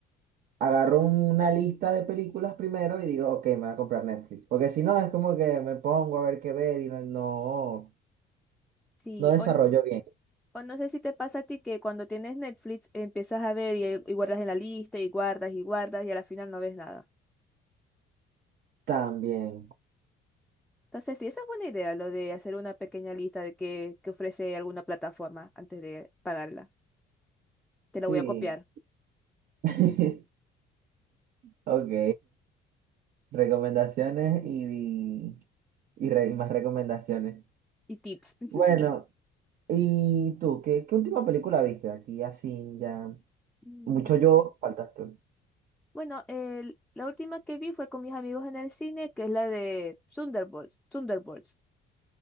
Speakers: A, on the right; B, in the centre.
A: agarro una lista de películas primero y digo, ok, me voy a comprar Netflix. Porque si no, es como que me pongo a ver qué ver y no, no,
B: Sí,
A: no desarrollo
B: o, n-
A: bien.
B: o no sé si te pasa a ti que cuando tienes Netflix empiezas a ver y, y guardas en la lista y guardas y guardas y a la final no ves nada.
A: También,
B: Entonces, sí, esa es buena idea, lo de hacer una pequeña lista de qué que ofrece alguna plataforma antes de pagarla. Te la
A: sí.
B: voy a copiar.
A: <laughs> Ok, recomendaciones y, y, re- y más recomendaciones.
B: Y tips. <laughs>
A: Bueno, ¿y tú? ¿Qué, qué última película viste? Aquí así ya.
B: Mm,
A: Mucho yo, faltas tú.
B: Bueno, el- la última que vi fue con mis amigos en el cine, que es la de Thunderbolts. Thunderbolts.